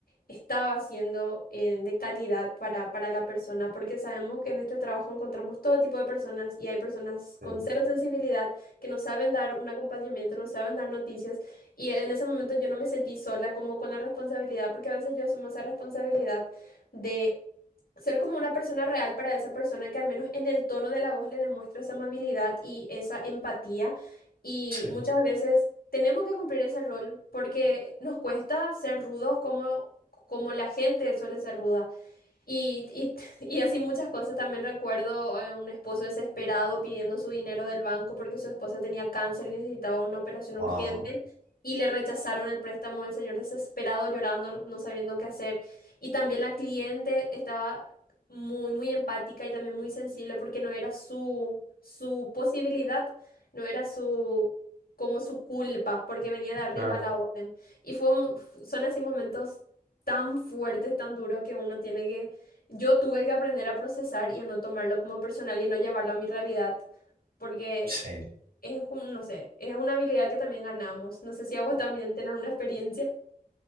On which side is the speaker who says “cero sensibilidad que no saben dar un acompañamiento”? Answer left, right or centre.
Left